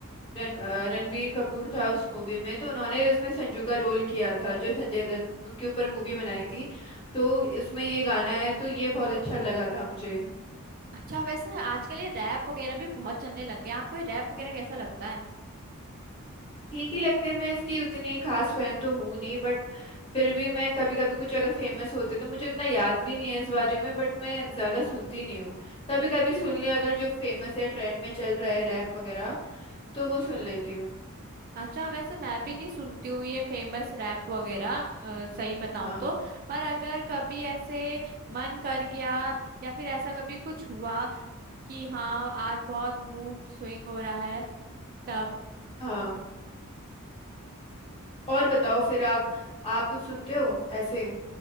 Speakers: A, on the left; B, on the right.
A: रण अ, रणबीर कपूर था उस मूवी में तो उन्होंने उसमें संजू का रोल किया था जो संजय दत्त उनके ऊपर मूवी बनाई थी तो इसमें ये गाना है तो ये बहुत अच्छा लगा था मुझे
B: अच्छा वैसे आजकल ये रैप वगैरह भी बहुत चलने लग गया आपको ये रैप वगैरह कैसा लगता है
A: ठीक ही लगते हैं मैं इसकी उतनी खास फैन तो हूँ नहीं बट फिर भी मैं कभी कभी कुछ अगर फेमस होते तो मुझे उतना याद भी नहीं है इस बारे में बट मैं ज्यादा सुनती नहीं हूँ कभी कभी सुन लिया अगर जो फेमस है ट्रेंड में चल रहा है रैप वगैरह तो वो सुन लेती हूँ
B: अच्छा वैसे मैं भी नहीं सुनती हूँ ये फेमस रैप वगैरह अ, सही बताऊं
A: हाँ
B: तो पर अगर कभी ऐसे मन कर गया या फिर ऐसा कभी कुछ हुआ कि हाँ आज बहुत मूड स्विंग हो रहा है तब
A: हाँ और बताओ फिर आप आप कुछ सुनते हो ऐसे